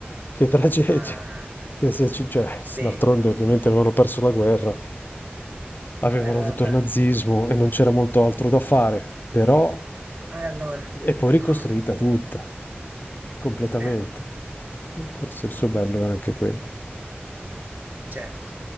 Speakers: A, on the left; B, on the right.
A: che tragedia.
B: Ah,
A: <laughs> Che se ci- cioè,
B: sì,
A: d'altronde ovviamente avevano perso la guerra, avevano
B: eh, vabbè.
A: avuto il nazismo e non c'era molto altro da fare, però
B: Allora,
A: è poi ricostruita
B: mm,
A: tutta, completamente.
B: eh,
A: E forse il suo bello era anche quello.
B: certo.